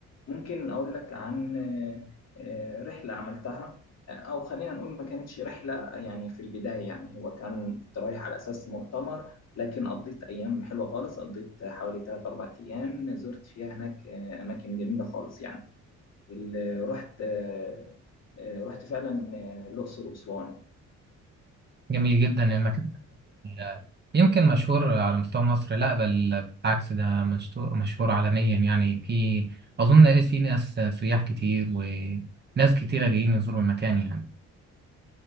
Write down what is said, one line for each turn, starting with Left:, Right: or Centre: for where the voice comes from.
Left: ممكن أقول لك عن آه، آه، رحلة عملتها آه، أو خلينا نقول ما كانتش رحلة يعني في البداية يعني هو كان كنت رايح على أساس مؤتمر لكن قضيت أيام حلوة خالص قضيت حوالي 3 4 أيام زرت فيها هناك آه، أماكن جميلة خالص يعني ال- رحت آه، آه، رحت فعلا آه، الأقصر وأسوان
Right: جميل جدا المكان ده يمكن مشهور على مستوى مصر لا بل بالعكس ده مشتو- مشهور عالميا يعني في أظن إيه، في ناس سياح كتير وناس كتيرة جايين يزوروا المكان يعني